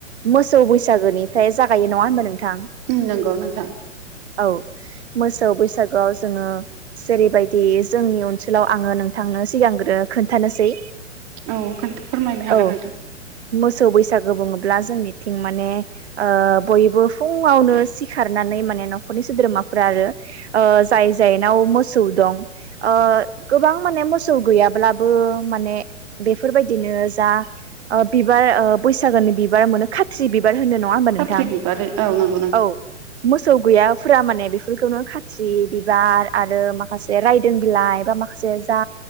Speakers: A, on the right; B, on the right.
A: मोसौ बैसागोनिफ्राय जागायो नङा होनबा नोंथां
B: उम नोंगौ नोंथां
A: औ मोसौ बैसागोआव जोङो जेरैबायदि जोंनि अनसोलाव आङो नोंथांनो सिगांग्रो खोन्थानोसै
B: औ खोनथ फोरमायनो हागोन
A: औ
B: नोंथां
A: मोसौ बैसागो बुङोब्ला जोंनिथिं माने ओ बयबो फुङावनो सिखारनानै माने न'खरनि सोद्रोमाफोरा आरो ओ जाय जायनाव मोसौ दं ओ गोबां माने मोसौ गैयाब्लाबो माने बेफोरबायदिनो जा ओ बिबार ओ बैसागोनि बिबार मोनो खा थ्रि बिबार होनो नङा होमबा नोंथां
B: खाथ्रि बिबार औ न
A: औ मोसौ गैयाफोरा माने बेफोरखौनो खाथ्रि बिबार आरो माखासे रायदों बिलाइ बा माखा जे जा